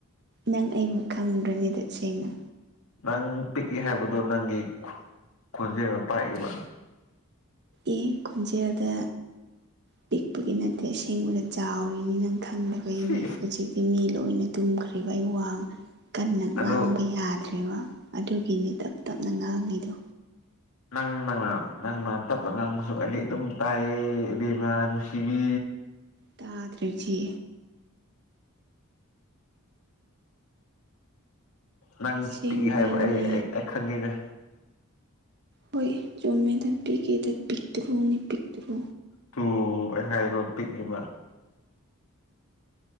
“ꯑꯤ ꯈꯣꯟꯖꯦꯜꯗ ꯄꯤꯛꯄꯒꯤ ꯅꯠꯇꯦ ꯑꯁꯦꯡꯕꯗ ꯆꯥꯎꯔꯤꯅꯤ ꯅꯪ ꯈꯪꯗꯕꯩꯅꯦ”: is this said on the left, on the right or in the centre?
Right